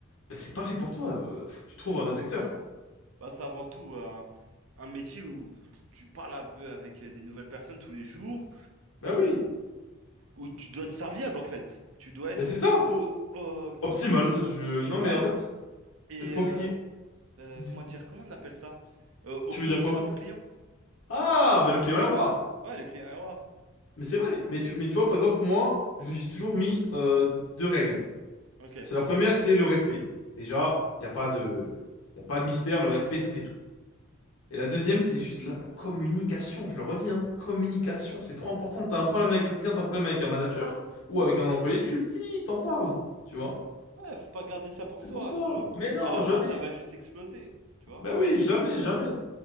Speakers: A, on the left; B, on the right.
A: bah, c'est pas fait pour toi. euh, Faut que tu trouves un autre secteur.
B: bah, c'est avant tout un, un métier où tu parles un peu avec euh, des nouvelles personnes tous les jours,
A: Bah oui,
B: où tu dois être serviable en fait. Tu dois être
A: mais c'est ça.
B: au, au- comment
A: Optimal,
B: dire,
A: je,
B: optimal
A: non, mais en fait,
B: et
A: il faut
B: euh,
A: que, il-
B: euh,
A: dis-
B: comment dire, comment on appelle ça? Euh, au
A: tu
B: petit
A: veux dire quoi?
B: soin du client.
A: Ah, bah le client est roi.
B: Ouais, le client est roi.
A: Mais c'est vrai. Mais tu, mais tu vois, par exemple, moi, je me suis toujours mis euh, deux règles.
B: Ok.
A: C'est la première, c'est le respect. Déjà, il n'y a pas de, y a pas de mystère, le respect, ça fait tout. Et la deuxième, c'est juste là, la communication, je le redis, hein. Communication, c'est trop important. T'as un problème avec un client, t'as un problème avec un manager ou avec
B: Hmm.
A: un employé, tu le dis, t'en parles, tu vois.
B: Ouais, faut pas garder ça pour
A: C'est
B: soi,
A: pour ça.
B: sinon
A: Mais non,
B: à la
A: jamais.
B: fin ça va juste exploser, tu vois?
A: Bah oui, jamais, jamais.